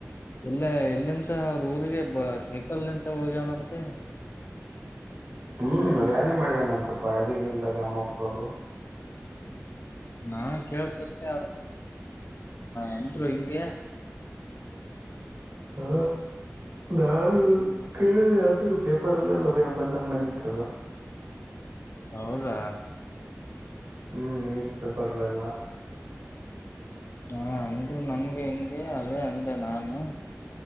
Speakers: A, on the left; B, on the right.
A: ಎಲ್ಲ ಎಲ್ಲಿಂತ ಅವ್ರ ಊರಿಗೆ ಬ ಸೈಕಲ್ಂತ ಹೋಗ್ಯವನ ಅಂತೆ
B: ಹ್ಮ್ ರ್ಯಾಲಿ ಮಾಡಿದಾನೆ ಅಂತಪ್ಪ ಯಾದಗಿರಿಂದ ಅಲ್ಲಿ ಅಮ್ಮ ಪುರರು
A: ನಾನು ಕೇಳ್ಪಟ್ಟೆೋ ಅಂದ್ರು ಹಿಂಗೆ
B: ಹಾ ಯಾರು ಕೇಳಿದಾದ್ರರು ಪೇಪರ್ಲ್ಲ ಎಲ್ಲ ಏನ ಬಂದಂಗ ಬಂದಿತ್ತದ
A: ಹೌದಾ
B: ಹ್ಮ್ ನ್ಯೂಸ್ ಪೇಪರ್ಲ್ಲ ಎಲ್ಲ
A: ಹಾ ಅಂದ್ರು ನನ್ಗೆ ಹಿಂಗೆ ಅದೇ ಅಂದೆ ನಾನು